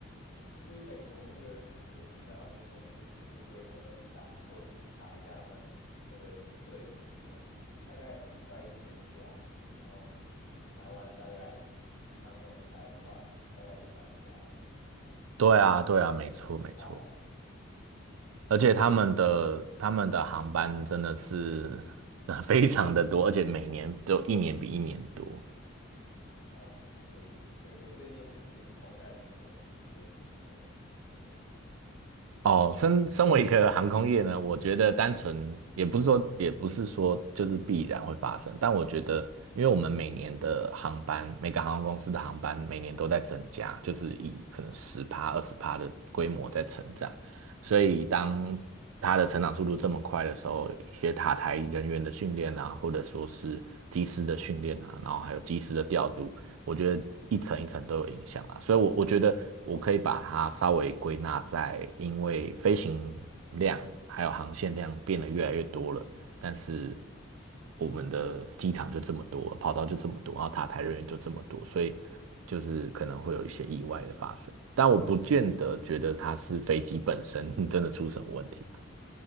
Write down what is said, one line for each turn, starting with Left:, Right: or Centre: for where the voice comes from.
Left: 其实美国那个那个他们的航空公司那个规模都很大，我查一下他们那个机队的数量，大概快一千架欸然后台湾大概长荣才快大概一百架而已，嗯，其实相
Right: 对啊，对啊，没错，没错。
Left: 差蛮
Right: 而且他们的他们的航班真的是呃
Left: 蛮正
Right: <laughs> 非常的多，而且每年都一年比一年多。
Left: 哦。可是美国最近很不是空难很多嘛？你觉得是什么什么缘故啊？
Right: 哦，身身为一个航空业呢，我觉得单纯也不是说，也不是说就是必然会发生，但我觉得，因为我们每年的航班，每个航空公司的航班每年都在增加，就是以可能十趴、二十趴的规模在成长，所以当它的成长速度这么快的时候，一些塔台人员的训练啊，或者说是机师的训练啊，然后还有机师的调度，我觉得一层一层都有影响啊，所以我我觉得我可以把它稍微归纳在，因为飞行量还有航线量变得越来越多了，但是我们的机场就这么多，跑道就这么多，然后塔台人员就这么多，所以就是可能会有一些意外的发生，但我不见得觉得它是飞机本身 <laughs> 真的出什么问题啊。